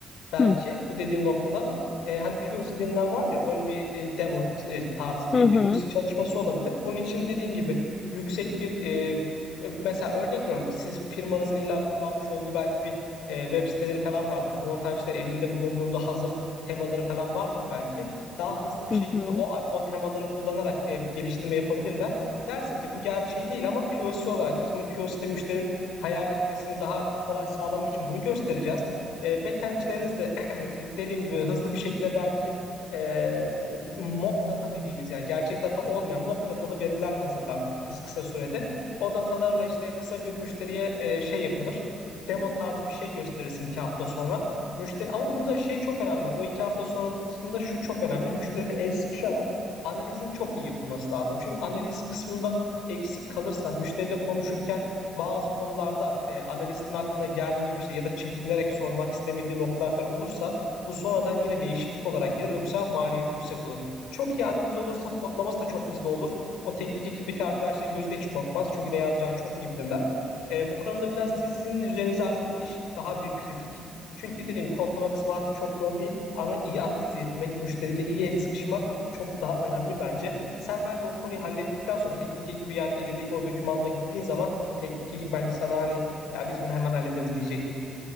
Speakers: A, on the left (about 80°); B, on the left (about 45°).
A: belki
B: hı
A: bu dediğin noktada e, hani POC denilen var ya ön bir e, demo e, tarzı bir
B: hı hı
A: POC çalışması olabilir. Bunun için dediğin gibi yüksek bir e, e, mesela örnek veriyorum siz firmanızın illa kullanmış olduğu belki bir e, web siteleri falan vardır. Frontend'de elinde bulundurduğu hazır temaları falan vardır belki. Daha hızlı bir
B: hı.
A: şekilde
B: hı.
A: o o temaları kullanarak e, bir geliştirme yapabilirler. Dersin ki bu gerçeği değil ama POC olarak biz bunu POC'de müşterinin hayal etmesini daha kolay sağlamak için bunu göstereceğiz. E, backendçileriniz de <clears throat> <laughs> dediğim gibi hızlı bir şekilde belki e, mock data dediğimiz yani gerçek data olmayan mock datalı veriler hazırlar kısa, kısa sürede. O datalarla işte kısa bir müşteriye e, şey yapılır. Demo tarzı bir şey gösterirsin iki hafta sonra. Müşteri ama burada şey çok önemli bak o iki hafta sonrasında şu çok önemli. Müşteriyle el sıkışarak analizin çok iyi yapılması lazım. Çünkü analiz kısmında eksik kalırsa müşteriyle konuşurken bazı konularda e, analistin aklına gelmeyip işte ya da çekinerek sormak istemediği noktalar falan olursa bu sonradan yine değişiklik olarak gelir ve bu sefer maliyeti yüksek olur. Çok iyi analiz olursa kodlaması da çok hızlı olur. O teknik ekipteki arkadaşların gözü de hiç korkmaz. Çünkü ne yazacağını çok iyi bilirler. E, bu konuda biraz sizin üzerinize aslında iş daha bir kritik. Çünkü dediğim gibi kodlama kısmı artık çok zor değil ama iyi analiz etmek, müşteriyle iyi el sıkışmak çok daha önemli bence. Sen bence o konuyu hallettikten sonra teknik ekibi yani elindeki o dokümanla gittiğin zaman teknik ekip bence sana hani ya biz bunu hemen hallederiz diyecektir.